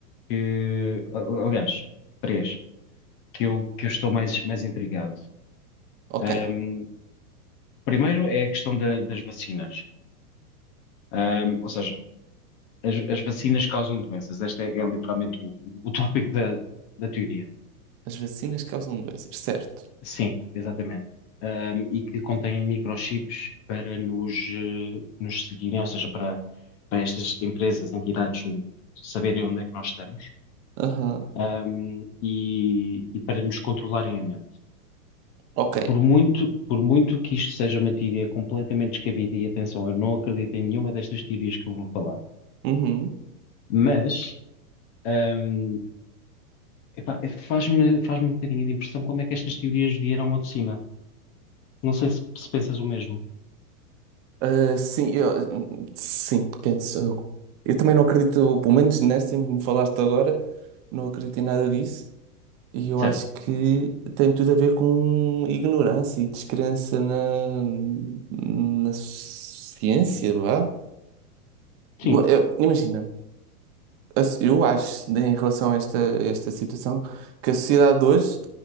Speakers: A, on the left (about 30°); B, on the right (about 30°).
A: que, a- aliás, três, que eu, que eu estou mais, mais intrigado.
B: Ok,
A: Ahm, primeiro é a questão da- das vacinas. Ahm, ou seja, as, as vacinas causam doenças. Este é, é literalmente o, o tópico da, da teoria.
B: as vacinas causam doenças, certo.
A: Sim, exatamente. Ahm, e que contém microchips para nos, eh, nos seguirem, ou seja, para, para estas empresas, entidades, no- saberem onde é que nós estamos,
B: Aham,
A: ahm, e, e para nos controlarem a mente.
B: ok.
A: Por muito, por muito que isto seja uma teoria completamente descabida, e atenção, eu não acredito em nenhuma destas teorias que eu vou falar,
B: Uhum.
A: mas, ahm, epá, é, faz-me, faz-me um bocadinho de impressão como é que estas teorias vieram ao de cima. Não sei se, se pensas o mesmo.
B: Ah, sim, eu, sim, penso. Eu, eu também não acredito, pelo menos nessa em que me falaste agora, não acredito em nada disso. E eu
A: Certo.
B: acho que tem tudo a ver com ignorância e descrença na, na ciência, vá.
A: Sim.
B: Eu- Imagina, a so- eu acho, né, em relação a esta, a esta situação, que a sociedade de hoje